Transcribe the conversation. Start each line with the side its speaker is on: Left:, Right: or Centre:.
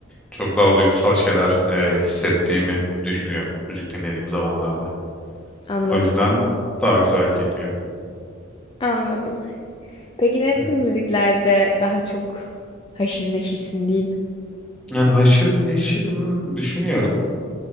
Centre: çok daha duygusal şeyler e, hissettiğimi düşünüyorum müzik dinlediğim zamanlarda.
Left: Anladım
Centre: O yüzden
Left: anladım.
Centre: daha güzel geliyor.
Left: Anladım. Peki ne
Centre: Hı.
Left: tür müziklerde daha çok haşır neşirsin diyeyim?
Centre: Yani haşır neşir mi düşünüyorum.